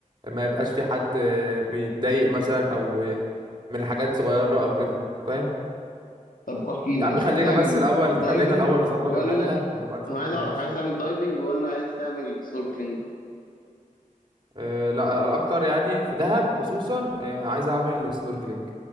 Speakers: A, on the right (about 35°); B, on the left (about 85°).
A: ما يبقاش في حد آه، بيتضايق مثلا او آه، من حاجات صغيرة او كده فاهم
B: طب احكي لي
A: يا عم
B: نفسك
A: خلينا
B: تعمل
A: بس الأول
B: دايفنج
A: خلينا الأول نظبط
B: ولا
A: الرحلة ونبقى نشوف
B: انا عايز
A: الناس
B: اعرف عايز تعمل دايفنج ولا عايز تعمل سnorkeling
A: أه لا الأكتر يعني في دهب خصوصا أه عايز أعمل سنوركلينج